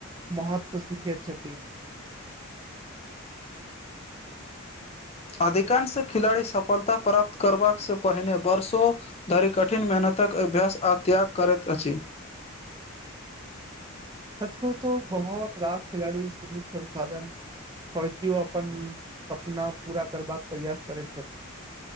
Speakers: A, on the right (about 20°); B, on the left (about 30°).
A: महत्व सीखैत छथि
B: अधिकांश खिलाड़ी सफलता प्राप्त करबाक से पहिने वर्षो धरि कठिन मेहनतक अभ्यास आ त्याग करैत अछि
A: सच कहु तो बहुत रास खिलाड़ी सीमित संसाधन <unintelligible> ओ अपन सपना पूरा करबाक प्रयास करै छथिन